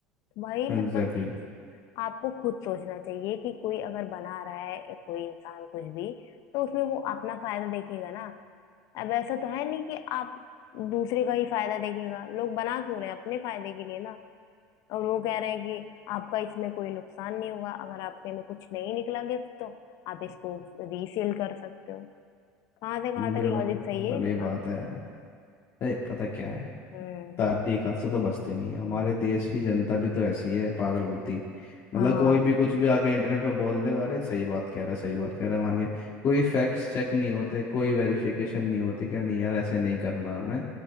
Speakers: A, on the left; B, on the left.
A: भाई
B: एग्जैक्टली
A: मतलब आपको खुद सोचना चाहिए कि कोई अगर बना रहा है या कोई इंसान कुछ भी तो उसमें वो अपना फायदा देखेगा ना अब ऐसा तो है नहीं कि आप दूसरे का ही फायदा देखेगा लोग बना क्यों रहे हैं अपने फायदे के लिए ना और वो कह रहे हैं कि आपका इसमें कोई नुकसान नहीं होगा अगर आपके में कुछ नहीं निकला गिफ्ट तो आप इसको रीसेल कर सकते हो कहाँ से कहाँ तक
B: बेवकूफ़ों
A: लॉजिक सही है
B: वाली
A: इसका
B: बात है अरे पता क्या है
A: हम्म
B: तारीख हाथ से तो बचती नहीं है हमारे देश की जनता भी तो ऐसी है पागल बुद्धि मतलब
A: हाँ
B: कोई भी कुछ भी आके इंटरनेट पर बोल देगा अरे सही बात कह रहा है सही बात कह रहा है मान के कोई फैक्ट्स चेक नहीं होते कोई वेरिफिकेशन नहीं होते क्या नहीं यार ऐसे नहीं करना हमें